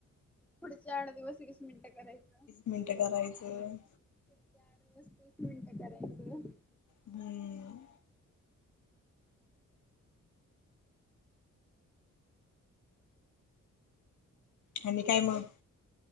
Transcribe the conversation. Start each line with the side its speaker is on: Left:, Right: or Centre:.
Centre: पुढचे आठ दिवस वीस मिनिटं करायचं.
Left: मिनट करायचं.
Centre: पुढच आठ दिवस तीस मिनिटं करायचं.
Left: हम्म. आणि काय मग?